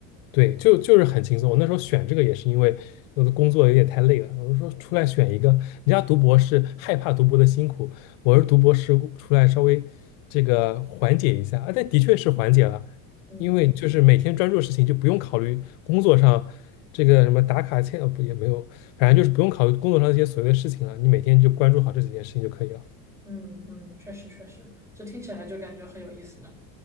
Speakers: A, on the left (about 60°); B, in the centre.
A: 对，就就是很轻松。我那时候选这个也是因为我的工作有点太累了，我就说出来选一个。人家读博士害怕读博的辛苦，我是读博士出来稍微这个缓解一下啊，但的确是缓解了，
B: 嗯
A: 因为就是每天专注的事情就不用考虑工作上这个什么打卡签呃不也没有，反正就是不用考虑工作上这些琐碎的事情了，你每天就关注好这几件事情就可以了。
B: 嗯嗯，确实确实，这听起来就感觉很有意思呢。